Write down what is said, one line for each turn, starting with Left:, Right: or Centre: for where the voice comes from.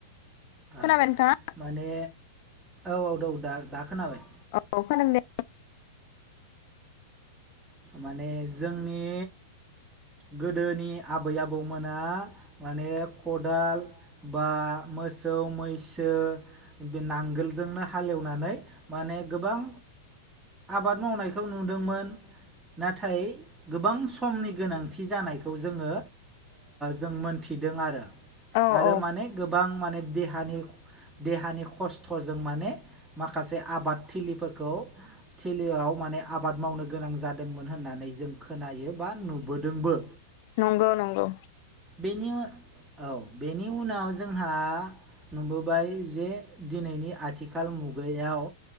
Right: औ
Left: खोनाबाय नोंथाङा
Right: माने औ औ दं दा दा खोनाबाय।
Left: औ खोनादों दे।
Right: माने जोंनि गोदोनि आबै आबौमोना माने खदाल बा मोसौ मैसो बे नांगोलजोंनो हालेवनानै माने गोबां आबाद मावनायखौ नुदोंमोन। नाथाय गोबां समनि गोनांथि जानायखौ जोङो जों मोनथिदों आरो
Left: आङो
Right: आरो
Left: औ
Right: माने गोबां माने देहानि देहानि खस्थ'जों माने माखासे आबादथिलिफोरखौ थिलिआव माने आबाद मावनो गोनां जादोंमोन होननानै जों खोनायो बा नुबोदोंबो।
Left: नंगौ नंगौ।
Right: बेनि औ बेनि उनाव जोंहा नुबोबाय जे दिनैनि आथिखाल मुगायाव